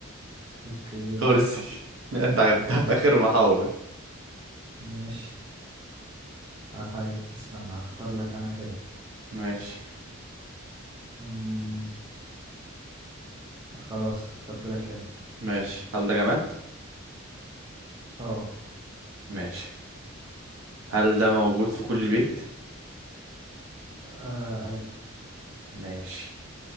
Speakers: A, on the right; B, on the right.
A: اوكي
B: كرسي <laughs> انت عرفتها
A: ماشي
B: في اخر محاوله
A: ماشي آه طيب استنى هختار لك انا كلمة
B: ماشي
A: أم... خلاص اخترت لك كلمة
B: ماشي هل ده جماد
A: اه
B: ماشي هل ده موجود في كل بيت
A: آه، ايوه
B: ماشي